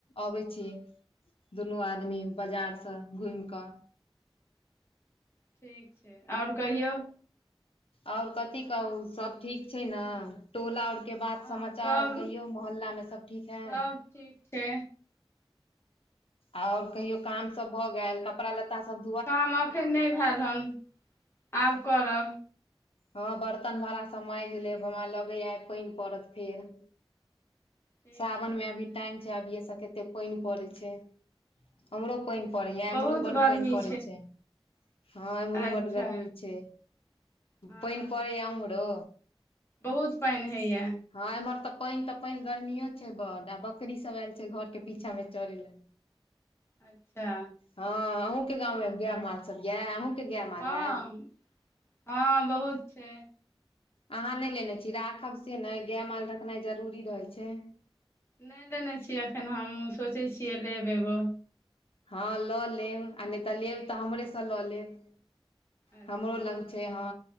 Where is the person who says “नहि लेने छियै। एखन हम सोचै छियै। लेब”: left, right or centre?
Left